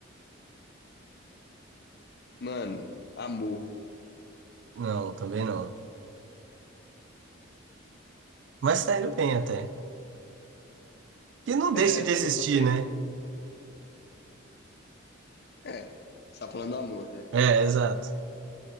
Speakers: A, on the left (about 50°); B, on the right (about 60°).
A: Mano, amor.
B: Não, também não. Mas tá indo bem até. Que não
A: É,
B: deixe de existir,
A: eu tô pensando.
B: né?
A: É, você tá falando do amor, né?
B: É, exato.